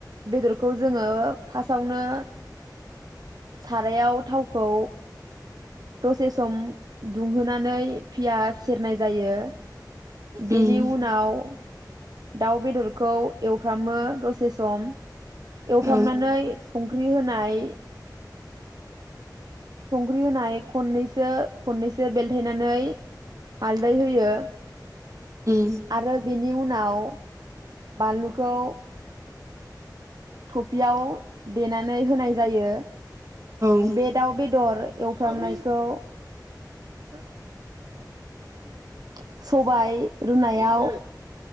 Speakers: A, on the right (about 60°); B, on the right (about 45°).
A: बेदरखौ जोङो फासावनो सारायाव थावखौ दसे सम दुंहोनानै पियास सेरनाय जायो। बेनि
B: उम उम
A: उनाव। दाउ बेदरखौ एवफ्रामो दसे सम। एवफ्रामनानै
B: औ
A: संख्रि होनाय संख्रि होनाय खननैसो खननैसो बेलथायनानै हालदै होयो
B: औ
A: आरो बेनि उनाव बानलुखौ थफियाव देनानै होनाय जायो।
B: औ उम औ
A: बे
B: उम औ उम औ उम
A: दाउ बेदर एवफ्रामनायखौ <inaudible> सबाय रुनायाव